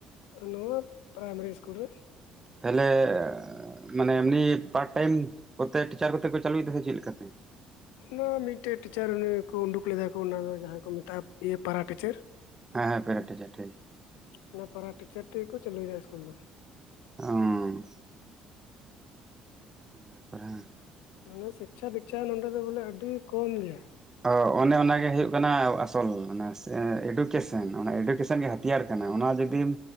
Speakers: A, on the left; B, on the right.
A: ᱱᱚᱣᱟ 'ᱯᱨᱟᱭᱢᱟᱨᱤ ᱤᱥᱠᱩᱞ' ᱨᱮ᱾
B: ᱛᱟᱦᱞᱮ! ᱟ ᱢᱟᱱᱮ ᱮᱢᱱᱤ ᱯᱟᱴ ᱴᱟᱭᱤᱢ ᱠᱚᱛᱮ, ᱴᱤᱪᱟᱨ ᱠᱚᱛᱮ ᱠᱚ ᱪᱟᱞᱩᱭᱮᱫ ᱛᱟᱦᱮᱸᱫ ᱪᱮᱹᱜ ᱞᱮᱠᱟᱛᱮ?
A: ᱚᱱᱟ ᱢᱤᱜᱴᱮᱜ 'ᱴᱤᱪᱟᱨ' ᱩᱱᱤ ᱠᱚ, ᱩᱰᱩᱠ ᱞᱮᱫᱟ ᱠᱚ, ᱚᱱᱟ ᱫᱚ ᱡᱟᱦᱟᱸᱭ ᱠᱚ ᱢᱮᱛᱟᱜ ᱠᱚ ᱤᱭᱟᱹ 'ᱯᱟᱨᱟ ᱴᱤᱪᱟᱹᱨ'᱾
B: ᱮᱸ ᱵᱮᱹᱴ ᱡᱮᱹᱴᱷᱮᱹᱭ
A: ᱚᱱᱟ 'ᱯᱟᱨᱟ ᱴᱤᱪᱟᱛ' ᱛᱮᱜᱮᱠᱚ ᱪᱟᱹᱟᱞᱩᱭᱮᱫᱟ 'ᱥᱤᱥᱠᱩᱞ' ᱫᱚ᱾
B: ᱚᱸ᱾ ᱚᱸᱵᱮ ᱵᱨᱟᱝ᱾
A: ᱢᱟᱱᱮ ᱥᱤᱠᱪᱷᱟ-ᱫᱤᱠᱪᱷᱟ ᱱᱚᱰᱮ ᱫᱚ ᱵᱚᱞᱮ ᱟᱹᱰᱤ ᱠᱚᱢ ᱜᱮᱭᱟ!
B: ᱚ ᱚᱱᱮ ᱚᱱᱟᱜᱮ ᱦᱩᱭᱩᱜ ᱠᱟᱱᱟ, ᱟᱥᱚᱞ ᱢᱟᱱᱮ ᱥᱮ 'ᱮᱰᱩᱠᱮᱥᱮᱱ', ᱚᱱᱮ 'ᱮᱰᱩᱠᱮᱥᱮᱱ' ᱜᱮ ᱦᱟ- -ᱛᱤᱭᱟᱨ ᱠᱟᱱᱟ ᱚᱱᱟ ᱡᱩᱚᱫᱤᱢ